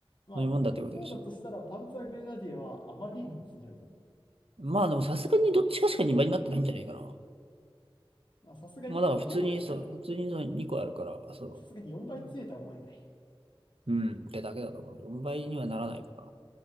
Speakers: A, on the left; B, on the right.
A: まあ、
B: そういうもんだってことでしょ
A: そうだとしたら、パンツァーグレナディアはあまりに強いね。
B: う。まあでもさすがにどっちかしか2倍になってないんじゃないかな。
A: まあ、さすがに5表記かな。
B: まあだから普通に、そう、普通にその2個あるから、そう。
A: まあ、さすがに4倍強いとは思えない。
B: うん、ってだけだと思う。4倍にはならないか